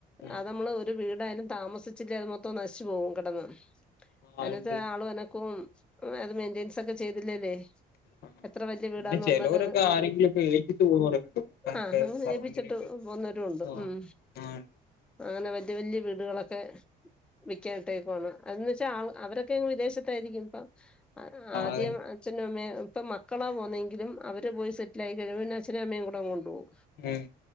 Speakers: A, on the left; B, in the centre.
A: ഉം
B: അതമ്മള് ഒരു വീടായാലും താ താമസിച്ചില്ലേ അതു മൊത്തോം നശിച്ചുപോവും കെടന്ന്
A: ആഹ്
B: അനത്തെ
A: ഉണ്ട്
B: ആളും അനക്കവും ആ അത് മെയിന്റനൻസ് ഒക്കെ ചെയ്തില്ലേലേ
A: ആഹ്
B: എത്ര വലയ വീടാന്ന്
A: പിന്നെ ചിലവരൊക്കെ
B: പറഞ്ഞാലുമതെ
A: ആരെങ്കിലുമൊക്കെ ഏൽപ്പിച്ചു പോകുന്നവരൊക്കെ ഉണ്ട് നോക്കാനൊക്കെ
B: ആ അങ്ങനെ
A: സർവന്റിനൊക്കെ
B: ഏ പ്പിച്ചിട്ട്. പോന്നോരുമുണ്ട്
A: ആഹ്
B: ഉം
A: ആഹ്
B: അങ്ങനെ വല്യ വല്യ വീടുകളൊക് ഒക്കെ വിക്കാനിട്ടേക്കുവാന്നെ അതെന്ന് വെച്ചാൽ അവരൊക്കെങ്ങ് വിദേശത്തായിരിക്കും ഇപ്പം ആദ്യം
A: അതെ
B: അച്ഛനുമമ്മേം ഇപ്പം മക്കളാ പോന്നെങ്കിലും അവര് പോയി സെറ്റിലായി കഴുമ്പം പിന്നെ അച്ഛനേം അമ്മേം കൂടങ്ങു കൊണ്ടു പോം
A: ഉം